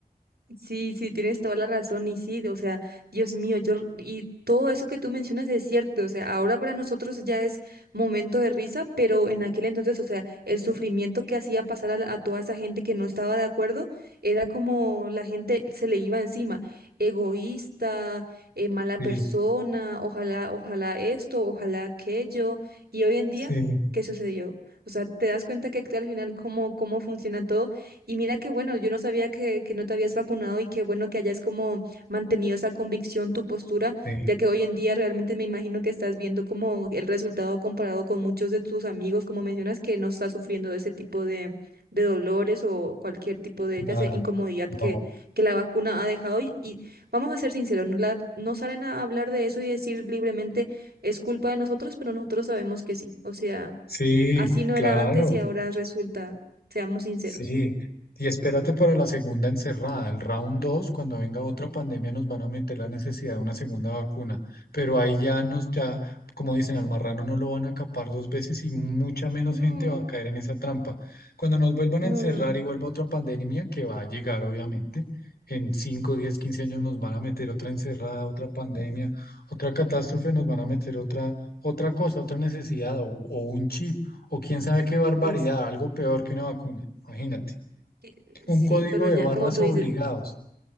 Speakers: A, on the right; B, on the left.
A: Sí, sí, tienes toda la razón y sí, o sea, Dios mío, yo y todo eso que tú mencionas es cierto, o sea, ahora para nosotros ya es momento de risa, pero en aquel entonces, o sea, el sufrimiento que hacía pasar a, la- a toda esa gente que no estaba de acuerdo era como la gente se le iba encima, egoísta, eh, mala
B: Sí,
A: persona, ojalá, ojalá esto, ojalá aquello, y hoy en día,
B: sí,
A: ¿qué sucedió? O sea, te das cuenta que al final cómo, cómo funciona todo. Y mira que bueno, yo no sabía que, que no te habías vacunado y qué bueno que hayas como mantenido esa convicción, tu postura,
B: sí,
A: ya que hoy en día realmente me imagino que estás viendo como el resultado comparado con muchos de tus amigos, como mencionas, que no estás sufriendo de ese tipo de, de dolores o cualquier tipo de,
B: nada,
A: ya sea, incomodidad
B: no.
A: que, que la vacuna ha dejado. Y, y vamos a ser sinceros, no, la- no salen a hablar de eso y decir libremente es culpa de nosotros, pero nosotros sabemos que sí. O sea,
B: Sí,
A: así no
B: claro.
A: era antes y ahora resulta, seamos sinceros.
B: Sí, y espérate para la segunda encerrada, el round 2, cuando venga otra pandemia nos van a meter la necesidad de una segunda vacuna, pero ahí ya nos, ya, como dicen, al marrano no lo van a capar dos veces y mucha menos
A: No,
B: gente va a caer en esa trampa. Cuando nos vuelvan
A: no,
B: a encerrar
A: no, no. no.
B: y vuelva otra pandemia, que va a llegar obviamente, en 5, 10, 15 años nos van a meter otra encerrada, otra pandemia, otra catástrofe, nos van a meter otra, otra cosa, otra necesidad o o un chip o quién sabe qué barbaridad,
A: Pues
B: algo peor que una vacuna. Imagínate.
A: eh,
B: Un
A: sí,
B: código
A: pero ya
B: de barras
A: como tú
B: obligados.
A: dices,